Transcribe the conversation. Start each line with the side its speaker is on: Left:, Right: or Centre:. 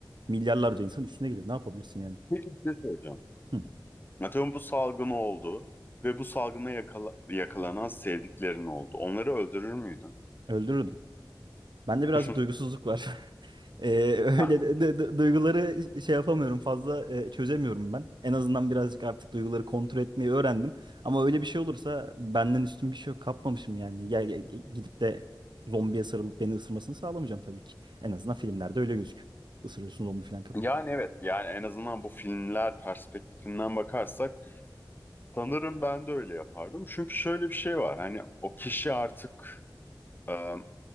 Right: milyarlarca insan üstüne geliyor. Ne yapabilirsin yani?
Left: Peki bir şey soracağım.
Right: Hı,
Left: Atıyorum bu salgın oldu ve bu salgına yakala- yakalanan sevdiklerin oldu. Onları öldürür müydün?
Right: öldürürdüm. Bende birazcık
Left: <laughs>
Right: duygusuzluk var. <laughs> Ee,
Left: Ha.
Right: öyle de- de- de- duyguları şey yapamıyorum fazla e, çözemiyorum ben. En azından birazcık artık duyguları kontrol etmeyi öğrendim. Ama öyle bir şey olursa benden üstün bir şey yok. Kapmamışım yani. Ya, ya- gidip de zombiye sarılıp beni ısırmasını sağlamayacağım tabii ki. En azından filmlerde öyle gözüküyor. Isırıyorsun zombi falan kapıyor.
Left: Yani evet yani en azından bu filmler perspektifinden bakarsak sanırım ben de öyle yapardım. Çünkü şöyle bir şey var hani o kişi artık e,